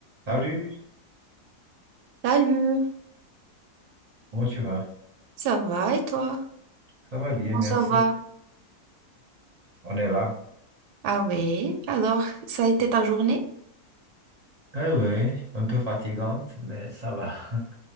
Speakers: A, on the right; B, on the right.
A: Salut,
B: Salut,
A: comment tu vas?
B: ça va et toi?
A: Ça va bien,
B: Bon,
A: merci.
B: ça va.
A: On est là.
B: Ah oui, alors, ça a été ta journée?
A: Eh ouais, un peu fatigante, mais ça va. <laughs>